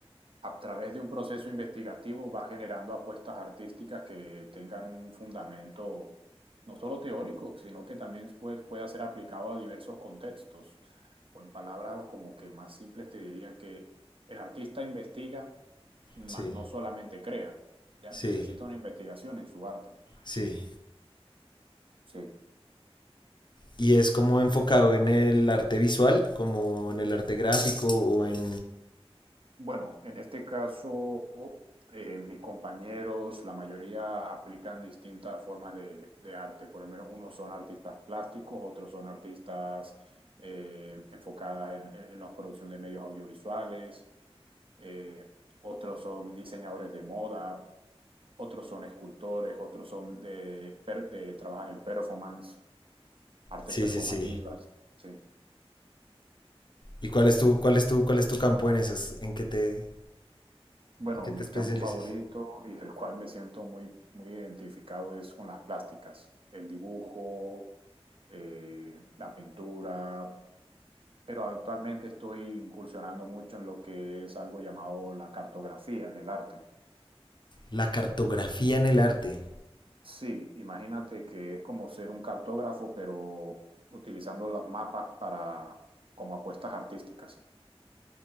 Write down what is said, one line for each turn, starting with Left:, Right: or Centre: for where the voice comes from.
Right: a través de un proceso investigativo va generando apuestas artísticas que tengan un fundamento no solo teórico, sino que también puede pueda ser aplicado a diversos contextos. O en palabras como que más simples te diría que el artista investiga, mas
Left: sí,
Right: no solamente crea, ¿ya?
Left: sí,
Right: Necesita una investigación en su arte.
Left: sí.
Right: Sí.
Left: Y es como enfocado en el arte visual, como en el arte gráfico o en...
Right: Bueno, en este caso, eh, mis compañeros, la mayoría aplican distintas formas de, de arte. Por lo menos unos son artistas plásticos, otros son artistas eh, enfocadas en, en- en la producción de medios audiovisuales, eh, otros son diseñadores de moda, otros son escultores, otros son de, per- de- trabajan el performance, artes
Left: Sí,
Right: performativas,
Left: sí, sí.
Right: ¿sí?
Left: ¿Y cuál es tu, cuál es tu, cuál es tu campo en esas? ¿En qué te,
Right: Bueno,
Left: en qué
Right: mi
Left: te especialices?
Right: campo favorito y el cual me siento muy, muy identificado es con las plásticas, el dibujo, eh, la pintura, pero actualmente estoy incursionando mucho en lo que es algo llamado la cartografía en el arte.
Left: La cartografía en el arte.
Right: Sí, imagínate que es como ser un cartógrafo, pero utilizando los mapas para como apuestas artísticas.